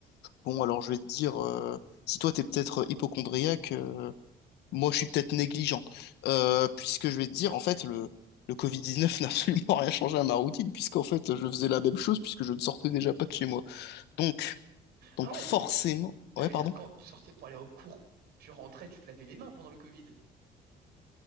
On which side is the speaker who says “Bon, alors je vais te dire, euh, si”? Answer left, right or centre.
Left